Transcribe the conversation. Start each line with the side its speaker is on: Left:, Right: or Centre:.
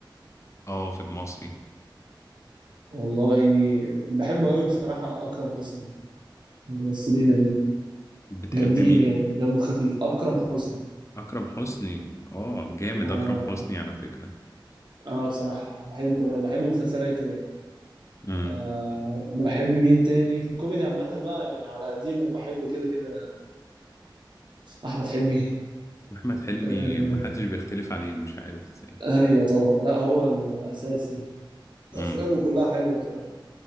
Left: اه في المصري
Right: والله بحبه قوي بصراحه اكرم حسني من الممثلين
Left: بتحب
Right: الجامدين
Left: مين؟
Right: يعني دمه خفيف اكرم حسني
Left: أكرم حسني اه جامد
Right: اه,
Left: أكرم حسني على فكرة
Right: آه بصراحه بحب بحب مسلسلاته يعني
Left: امم
Right: أه بحب مين تاني في الكوميدي عامه بقى يعني على قديمه بحب كده كده احمد حلمي
Left: أحمد حلمي
Right: أه
Left: محدش بيختلف عليه مش عارف ازاي
Right: ايوه طبعا لا هو الاساس يعني افلامه
Left: امم
Right: كلها حلوه بصراحه